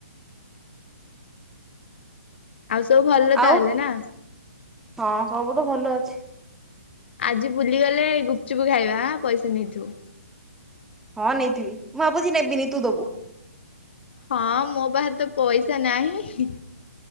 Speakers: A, on the left; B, in the centre.
A: ଆଉ ସବୁ ଭଲ
B: ଆଉ
A: ତାହଲେ ନା।
B: ହଁ ସବୁ ତ ଭଲ ଅଛି।
A: ଆଜି ବୁଲିଗଲେ ଗୁପଚୁପ୍ ଖାଇବା ଆଁ ପଇସା ନେଇଥିବୁ।
B: ହଁ ନେଇଥିବି ମୁଁ ଭାବୁଚି ନେବିନି ତୁ ଦୋବୁ।
A: ହଁ ମୋ ପାଖେରେ ତ ପଇସା ନାହିଁ।